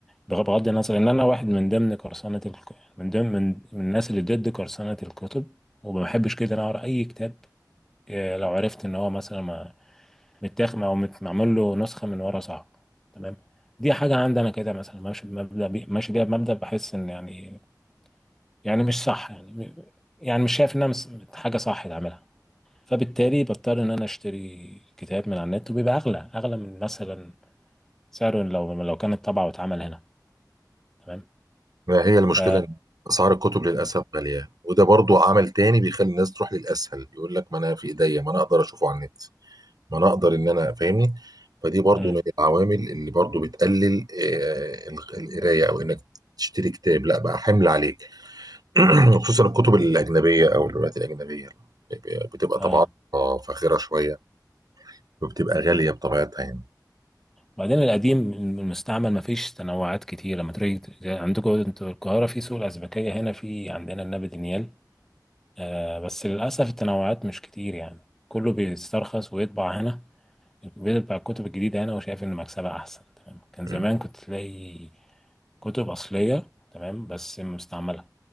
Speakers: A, in the centre; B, on the right.
A: بغ- بغض النظر ان انا واحد من ضمن قرصنه الك... من ضمن من... من الناس اللي ضد قرصنه الكتب وما بحبش كده انا اقرا اي كتاب آه، لو عرفت ان هو مثلا ما- متاخد او مت- معمول له نسخه من ورا صعب تمام دي حاجه عندي انا كده مثلا ماشي بمبدا بي... ماشي بيها بمبدا بحس ان يعني يعني مش صح يعني يعني مش شايف انها مس- حاجه صح تعملها فبالتالي بضطر ان انا اشتري كتاب من على النت وبيبقى اغلى اغلى من مثلا سعره لو لو كانت طبعه واتعمل هنا تمام
B: ما هي المشكله
A: ف
B: إن اسعار الكتب للاسف غاليه وده برضو عمل تاني بيخلي الناس تروح للاسهل يقول لك ما انا في ايديا ما انا اقدر اشوفه على النت ما انا اقدر ان انا فاهمني فدي برضو
A: امم
B: من العوامل اللي برضو بتقلل آه، الق- القرايه او انك تشتري كتاب لا بقى حمل عليك <clears throat> خصوصا الكتب الاجنبيه او الروايات الاجنبيه بتبقى طبعاتها
A: اه
B: فاخره شويه وبتبقى غاليه بطبيعتها يعني
A: وبعدين القديم المستعمل ما فيش تنوعات كتير لما تيجي عندكم انتوا القاهره في سوق الازبكيه هنا في عندنا النبي دانيال آه بس للاسف التنوعات مش كتير يعني كله بيسترخص ويطبع هنا الكمبيوتر بتاع الكتب الجديدة أنا وشايف إن مكسبها أحسن تمام كان زمان
B: مم.
A: كنت تلاقي كتب أصلية تمام بس مستعملة